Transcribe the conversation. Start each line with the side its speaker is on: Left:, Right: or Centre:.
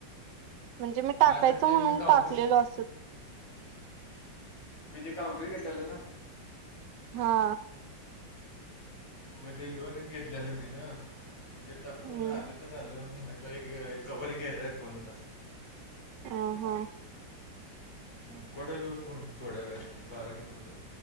Right: म्हणजे मी टाकायच
Left: माझ्याकडे ते
Right: म्हणून
Left: मी काउंटर
Right: टाकलेलो असच,
Left: मी ते काउंटर घेतलेलं ना.
Right: हा,
Left: मग ते दोन घेतल्याल मी न, मग ते टाकतून
Right: हम्म
Left: आलं तर आलं. लय ग कव्हर गेलाय फोनचा.
Right: अ हा,
Left: हम,, कडलीऊ फोन, थोड्या वेळात बारा मिनट पलाऽ